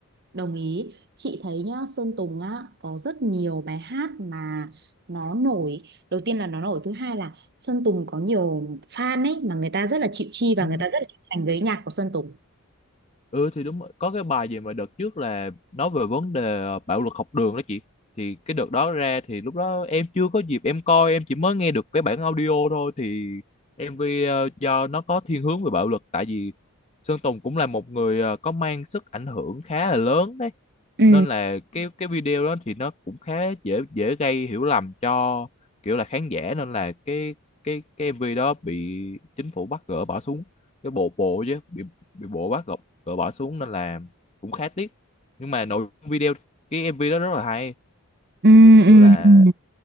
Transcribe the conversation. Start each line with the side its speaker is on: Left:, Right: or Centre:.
Right: Đồng ý, chị thấy nhá, Sơn Tùng á có rất nhiều bài hát mà nó nổi. Đầu tiên là nó nổi, thứ hai là Sơn Tùng có nhiều fan ấy mà người ta rất là chịu chi và
Left: Ừ.
Right: người ta rất là chịu thành với nhạc của Sơn Tùng.
Left: Ừ thì đúng rồi. Có cái bài gì mà đợt trước là nói về vấn đề ờ, bạo lực học đường đó chị. Thì cái đợt đó ra thì lúc đó em chưa có dịp em coi, em chỉ mới nghe được cái bản audio thôi thì MV ờ, do nó có thiên hướng về bạo lực tại vì Sơn Tùng cũng là một người ờ, có mang sức ảnh hưởng khá là lớn đấy.
Right: ừ
Left: Nên là cái cái video đó thì nó cũng khá dễ dễ gây hiểu lầm cho kiểu là khán giả nên là cái cái cái em MV đó bị chính phủ bắt gỡ bỏ xuống cái bộ bộ chứ bị bị bộ bắt gọt gỡ bỏ xuống nên là cũng khá tiếc nhưng mà nội dung video cái MV đó rất là hay
Right: ừ ừ
Left: kiểu là
Right: ừ